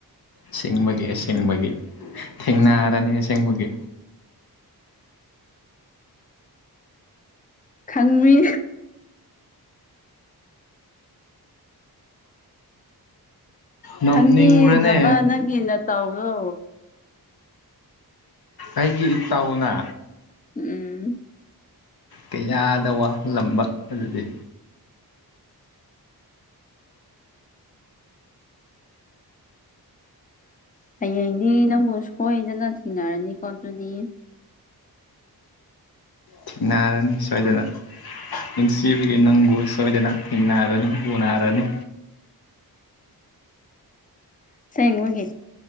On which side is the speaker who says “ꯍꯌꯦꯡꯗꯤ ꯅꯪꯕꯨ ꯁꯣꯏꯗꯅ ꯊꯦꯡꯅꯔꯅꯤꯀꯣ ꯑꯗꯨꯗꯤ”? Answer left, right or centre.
Left